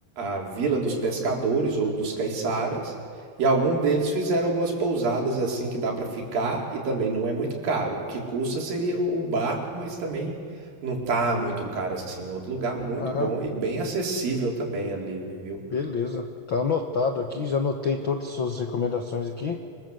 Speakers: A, on the right; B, on the left.
A: a vila dos pescadores ou dos caiçaras. E algum deles fizeram algumas pousadas assim que dá para ficar e também não é muito caro. O que custa seria o o barco, mas também não tá muito caro assim. É Outro lugar muito
B: Ah,
A: bom e bem acessível também ali, viu?
B: beleza. Tá anotado aqui. Já anotei todas as suas recomendações aqui.